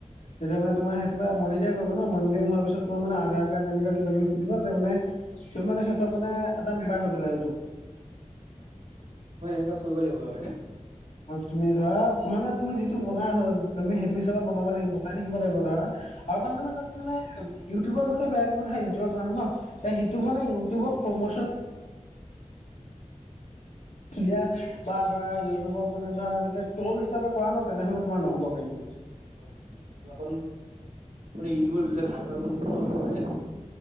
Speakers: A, on the left; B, on the right.
A: তেতিয়া মান তোমাৰ সেইটো পা মনি ম কৰিব ন মন হোৱাৰ পিছত তাৰ মানে আধাৰ কাৰ্ড এনেকুৱা কিবা কিবি যে মে তুমি মানে হেতক মানে, সেনেকুৱা হৈ গ'ল আৰু যুগ
B: হয় হয় তেনেকুৱা কৰিব লাগিব আৰু হয় ন
A: তুমি ধৰা মানে তুমি যিটো বনাই হৈ তুমি সেইটো হিচাপত বনাব বনাই থাকিব লাগিব ধৰা আৰু মানে তাৰ মানে ইউটিউবৰ বিষয়ে বেয়াকৈ ইউটিউবত বনায় ন সেইটো মানে ইউটিউবক প্ৰমোচন খেলিলা বা ধৰা ইউটিউবক মানে ধৰা এনেকে মোৰ হিচাপে কৰা ন তেনেহলে তোমাৰ নহ'ব খেলটো।
B: হয় হয় মানে অকন ইউটিউৰ বিষয়ে ভাল ভাল মানে বনাব হয়